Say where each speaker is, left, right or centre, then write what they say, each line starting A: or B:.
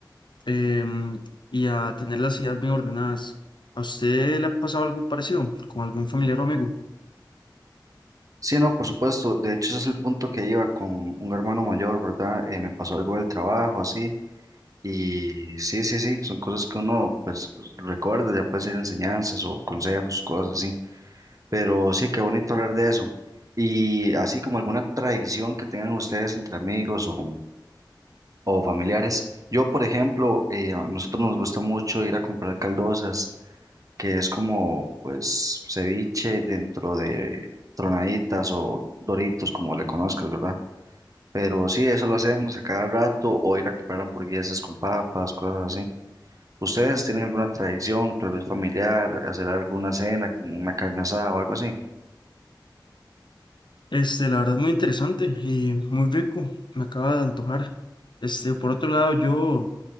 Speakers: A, on the left; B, on the right.
A: em, y a tener las ideas bien ordenadas. ¿A usted le ha pasado algo parecido con algún familiar o amigo?
B: Sí, no, por supuesto, de hecho ese es el punto que iba con un hermano mayor, ¿verdad? Eh, me pasó algo del trabajo, así Y sí, sí, sí, son cosas que uno pues recuerda, ya puede ser enseñanzas o consejos, cosas así. Pero sí, qué bonito hablar de eso. Y así como alguna tradición que tengan ustedes entre amigos o, o familiares. Yo, por ejemplo, eh, a nosotros nos gusta mucho ir a comprar caldosas, que es como pues ceviche dentro de tronaditas o doritos, como le conozcas, ¿verdad? Pero sí, eso lo hacemos a cada rato, o ir a comprar hamburguesas con papas, cosas así. ¿Ustedes tienen alguna tradición, tal vez familiar, hacer alguna cena, como una carne asada o algo así?
A: Este, la verdad es muy interesante y muy rico, me acaba de antojar. Este, por otro lado, yo